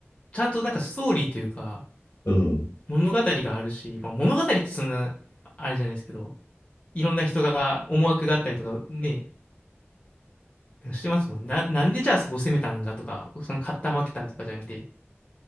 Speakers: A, on the left; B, on the left.
A: ちゃんとなんかストーリーというか、
B: うん。うん。
A: 物語があるし、まあ、物語ってそんな、あれじゃないですけど、いろんな人が思惑があったりとかね、してますもんね。な、なんでじゃあそこ攻めたんだとか、その勝った負けたとかじゃなくて。